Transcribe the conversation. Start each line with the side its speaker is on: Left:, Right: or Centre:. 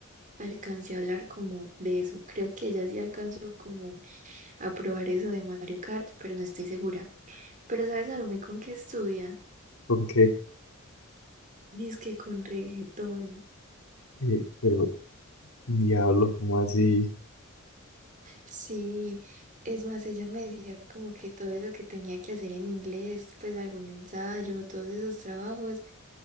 Right: alcancé a hablar como de eso. Creo que ella sí alcanzó como a probar eso de Mario Kart, pero no estoy segura. Pero ¿sabes Salomé con qué estudia?
Left: ¿Con qué,
Right: Dice que con reggaetón.
Left: Eh, pero, diablo, ¿cómo así? <laughs>
Right: Sí, es más, ella me decía como que todo eso que tenía que hacer en inglés, pues algún ensayo, todos esos trabajos,